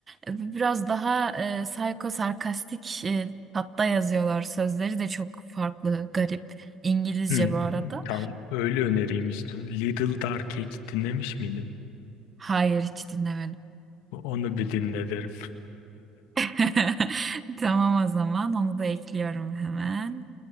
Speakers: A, on the right (about 30°); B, on the left (about 70°).
A: E, Biraz daha e, psycho sarkastik e, hatta yazıyorlar. Sözleri de çok farklı, garip. İngilizce
B: Hmm,
A: bu arada.
B: tamam öyle önereyim işte. Little Dark Age dinlemiş miydin?
A: Hayır hiç dinlemedim.
B: Onu bir dinle derim.
A: <laughs> Tamam o zaman onu da ekliyorum hemen.